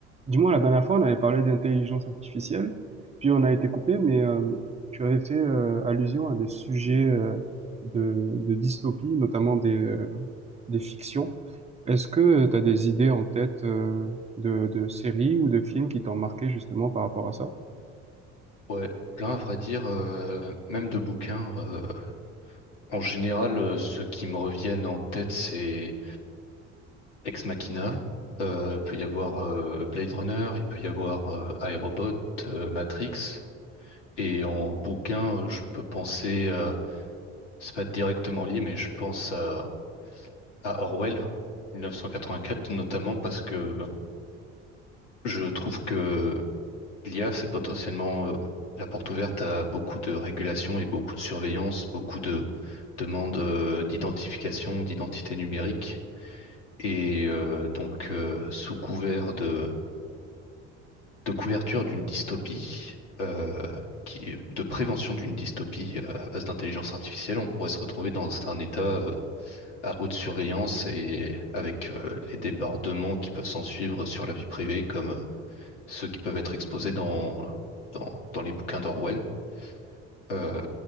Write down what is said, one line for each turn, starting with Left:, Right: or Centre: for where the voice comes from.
Right: Du moins, la dernière fois, on avait parlé d'intelligence artificielle, puis on a été coupé, mais euh, tu avais fait euh, allusion à des sujets euh, de, de dystopie, notamment des, euh, des fictions. Est-ce que tu as des idées en tête euh, de, de séries ou de films qui t'ont marqué justement par rapport à ça?
Left: Ouais, plein à vrai dire, euh, même de bouquins, euh, en général, euh, ceux qui me reviennent en tête, c'est Ex Machina. Euh, il peut y avoir euh, Blade Runner, il peut y avoir euh, iRobot, euh, Matrix. Et en bouquin, euh, je peux penser, euh, c'est pas directement lié, mais je pense à, à Orwell, 1984, notamment parce que je trouve que l'IA, c'est potentiellement euh, la porte ouverte à beaucoup de régulation et beaucoup de surveillance, beaucoup de demande euh, d'identification, d'identité numérique. Et euh, donc, euh, sous couvert de, de couverture d'une dystopie, euh, qui, de prévention d'une dystopie euh, à base d'intelligence artificielle, on pourrait se retrouver dans un état euh, à haute surveillance et avec euh, les débordements qui peuvent s'en suivre sur la vie privée, comme ceux qui peuvent être exposés dans, dans, dans les bouquins d'Orwell. Euh,